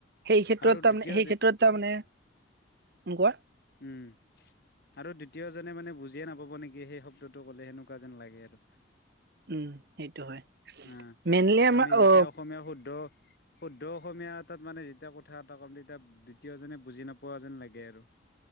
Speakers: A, on the right (about 55°); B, on the left (about 55°).
A: সেই ক্ষেত্ৰত
B: আৰু দ্বিতীয়
A: তাৰমানে সেই
B: যে
A: ক্ষেত্ৰত তাৰ মানে, কোৱা।
B: উম আৰু দ্বিতীয়জনে মানে বুজিয়ে নাপাব নেকি সেই শব্দটো ক'লে, সেনেকুৱা যেন লাগে আৰু।
A: উম। সেইটো হয়।
B: অ
A: মেইনলি আমাৰ
B: আমি যেতিয়া
A: অ,
B: অসমীয়া শুদ্ধ শুদ্ধ অসমীয়া এটাত মানে যেতিয়া কথা এটা কম, তেতিয়া দ্বিতীয়জনে বুজি নাপোৱা যেন লাগে আৰু।